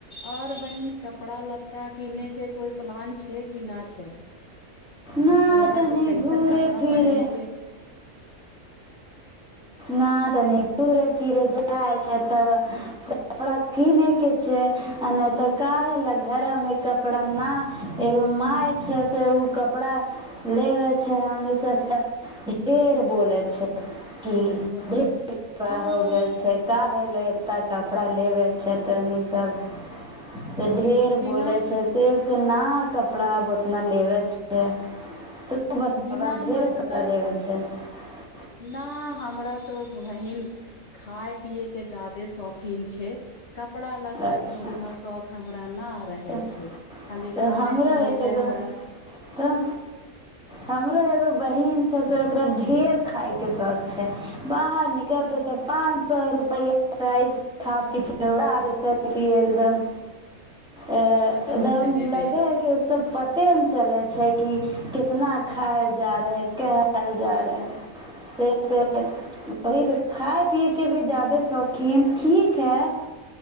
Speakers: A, on the left (about 55°); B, in the centre.
A: और बहिन कपड़ा लत्ता किने के कोई प्लान छै किी न छै
B: नातनी
A: तोहरा के कैसन
B: घूुरे
A: कपड़ा
B: फिरे
A: पहने के
B: नत तनि घूरे फिरे जाय छै तऽ कपड़ा किने के छै आ नहि तऽ काहे ल घर मे कपड़ा न एगो मााय छै से ओ <unintelligible> कपड़ा लेबे छै हमनी सब तऽ ढेर बोले छै कि
A: अ
B: कृपा
A: हँ
B: हो गेल छै का हले ए क कपड़ा लेबै छै तऽनि सब से ढेर
A: बिना
B: बोले छै से से न क कपड़ा बहुतना लेबे छै आ ओ बता
A: बिना
B: ढेर
A: मतलब
B: कपरा लेवै छै <unintelligible>
A: न हमरा तो बहिन खााय पिय के जादा त शौकीन छै कपड़ा लत्ता
B: अच्छा
A: के उतना शौख हमरा न रहे
B: तऽ
A: छै खाली
B: तऽ
A: खाय
B: हमरो
A: पियए
B: एगो
A: मे हमरा
B: तऽ हमरो एगो बहिन छै से ओकरा ढेर खााय के शौक छै बाहर न करतौ तऽ पाँच सौ रुपैया खा पी के उरा देतै कि एकदम अ एकदम
A: पतो न चले
B: लगे
A: दे
B: है कि उक पते न चलै छै कि कितना खायल जा रहे कहल जा रहे से खाए पियए के भी जायदे सौख लिन ठीक है